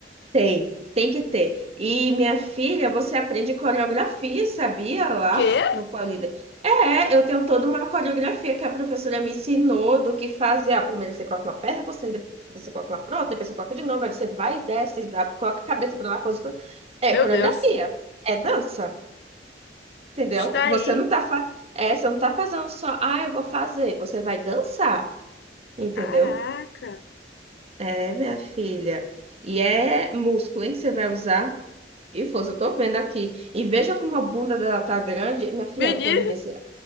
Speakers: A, on the right; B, on the left.
A: Tem, tem que ter. E minha filha, você aprende coreografia, sabia lá
B: Quê?
A: no Polida? É, eu tenho toda uma coreografia que a professora me ensinou do que fazer. Ah, primeiro você coloca uma perna por cima, depois você coloca uma pro outra, depois você coloca de novo, aí você vai e desce, coloca a cabeça para lá, coloca... É
B: Meu
A: coreografia,
B: Deus.
A: é dança. Entendeu?
B: Está
A: Você
B: aí.
A: não tá, fa... é, você não tá fazendo só, ah, eu vou fazer. Você vai dançar, entendeu?
B: Caraca.
A: É, minha filha. E é músculo, hein, que você vai usar. E força, eu tô vendo aqui. E veja como a bunda dela tá grande. Minha filha,
B: Menino.
A: polidência,